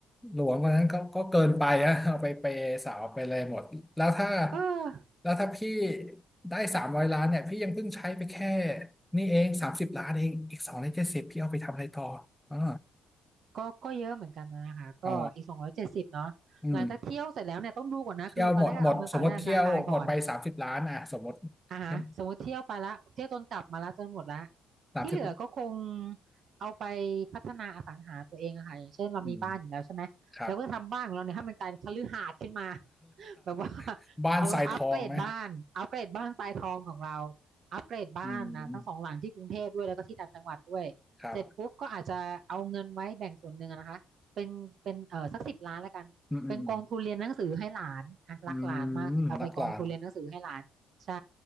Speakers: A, in the centre; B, on the right.
A: หลวงคนนั้นก็ก็เกินไปนะเอาไปเปย์สาวไปเลยหมดแล้วถ้า
B: เออ
A: แล้วถ้าพี่ได้สามร้อยล้านเนี่ยพี่ยังเพิ่งใช้ไปแค่นี่เองสามสิบล้านเองอีกสองในเจ็ดสิบพี่เอาไปทำอะไรต่ออ่า
B: ก็ก็เยอะเหมือนกันนะคะก็อีกสองร้อยเจ็ดสิบเนาะหลังจากเที่ยวเสร็จแล้วเนี่ยต้องดูก่อนนะคือตอนแรกก็เอาเงินฝากไว้ในธนาคารก่อน
A: อ๋ออืมเที่ยวหมดหมดสมมติเที่ยวหมดไปสามสิบล้านอ่ะสมมติเที่ยว
B: อ่าฮะสมมติเที่ยวไปละเที่ยวจนกลับมาละจนหมดละ
A: สามสิบ
B: ที่เหลือก็คงเอาไปพัฒนาอสังหาตัวเองอะค่ะอย่างเช่นเรามีบ้านอยู่แล้วใช่ไหมเราก็ทำบ้านของเราเนี่ยให้มันกลายเป็นคฤหาสน์ขึ้นมา
A: อืมครับ
B: <laughs> แบบว่า
A: <laughs> บ้านทรายทองไหม
B: เอออัปเกรดบ้านอัปเกรดบ้านทรายทองของเราอัปเกรดบ้านนะทั้งสองหลังที่กรุงเทพด้วยแล้วก็ที่ต่างจังหวัดด้วยเสร็จปุ๊บก็อาจจะเอาเงินไว้แบ่งส่วนหนึ่งอะนะคะเป็นเป็นเออสักสิบล้านแล้วกันเป็นกองทุนเรียนหนังสือให้หลานอ่ะรักหลานมากเอาไปกองทุนเรียนหนังสือให้หลานใช่
A: อืมครับอืมอืมอืมอืมนักหลาน